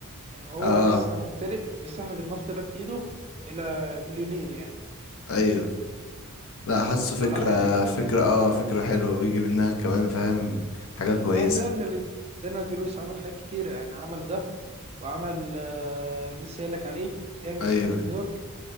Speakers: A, on the right; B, on the left.
A: يعني هو
B: اه
A: لسه مبتدئ بيستخرج النفط ده بإيده إلى مليونير يعني
B: ايوه لا حاسه
A: فلا
B: فكرة
A: هيعجبك
B: فكرة
A: جامد
B: اه فكرة حلوة ويجي منها كمان فاهم حاجة كويسة
A: لأن ده إن دانيال دي لويس عمل حاجات كتيرة يعني عمل ده وعمل آه، لسه قايل لك عليه جانجستر
B: ايوه
A: اوف نيويورك